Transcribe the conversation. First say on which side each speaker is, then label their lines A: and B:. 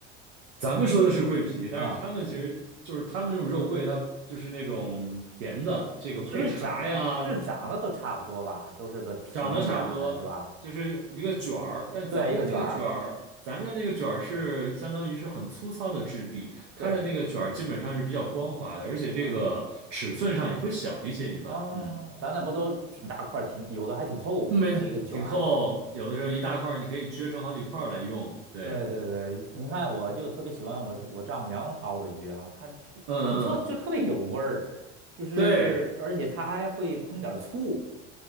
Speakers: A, on the right; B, on the right.
A: 咱们说的是桂皮，但是他们其实就是他们那种肉桂，
B: 嗯，
A: 它就是那种甜的，这个配茶呀，
B: 是不是长，就是长得都差不多吧？都是个皮一样的，
A: 长得差不多，
B: 是吧？
A: 就是一个卷儿，但咱们的那个卷儿，
B: 对，一个卷儿。
A: 咱的那个卷儿是相当于是很粗糙的质地，它的那个卷儿基本上是比较光滑的，
B: 对，
A: 而且这个尺寸上也会小一些，
B: 嗯，
A: 一般，
B: 哦，
A: 嗯，
B: 咱那不都挺大块儿，挺有的还挺厚，
A: 没，
B: 呃一个卷儿。
A: 错，挺厚，有的时候一大块儿你可以撅成好几块儿来用，对，
B: 对对对，你看，我就特别喜欢我是我丈母娘熬的鱼啊，它
A: 嗯嗯嗯，
B: 就特就特别有味儿，就是而且它还会烹点儿醋，
A: 对。